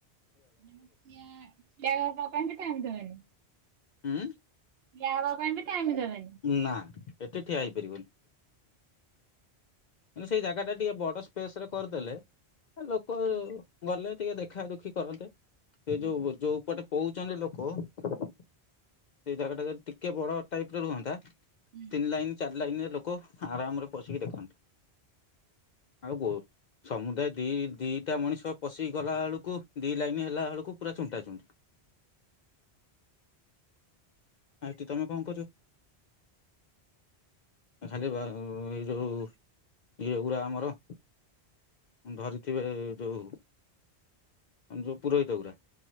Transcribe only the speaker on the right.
ଠିଆ ହେବା ପାଇଁ ବି ଟାଇମ ଦେବେଣି?
ଠିଆ ହବା ପାଇଁ ବି ଟାଇମ ଦେବେନି?
ହୁଁ
ହୁଁ
ହୁଁ